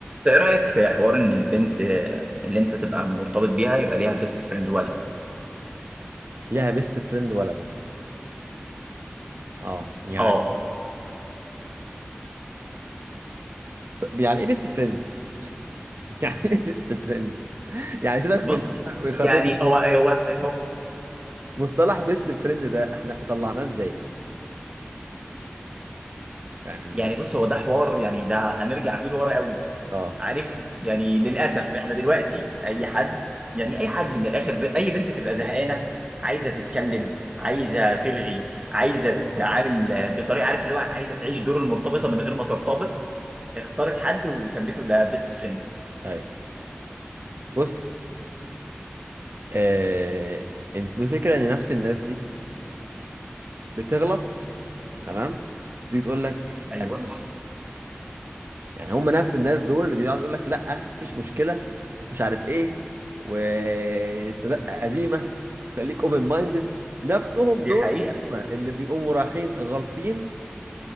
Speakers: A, on the right (about 25°); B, on the right (about 65°).
A: ايه رأيك في حوار ان البنت اللي انت تبقى مرتبط بيها يبقى ليها بيست فريند ولد
B: ليها بيست فريند ولد اه يعني
A: اه
B: طب يعني ايه بيست فريند <laughs> يعني ايه بيست فريند يعني سيبك
A: بص
B: من من خاطر
A: يعني هو هو المو-
B: مصطلح بيست فريند ده احنا طلعناه ازاي يعني
A: يعني بص هو ده حوار يعني ده هنرجع بيه لورا قوي
B: اه
A: عارف يعني للاسف احنا دلوقتي اي حد يعني اي حد من الاخر ب... اي بنت تبقى زهقانه عايزه تتكلم عايزه ترغي عايزه تتعامل بطريقه عارف اللي هو عايزه تعيش دور المرتبطه من غير ما ترتبط اختارت حد وسميته ده بيست فريند
B: ايوه بص آه الفكره ان نفس الناس دي بتغلط تمام تيجي تقول لك
A: ايوه
B: انا يعني هم نفس الناس دول اللي بيقعدوا يقول لك لا مفيش مشكله مش عارف ايه وانت دقه قديمه وخليك اوبن مايندد نفسهم
A: دي
B: دول
A: الحقيقه
B: هم اللي بيقوموا رايحين غلطين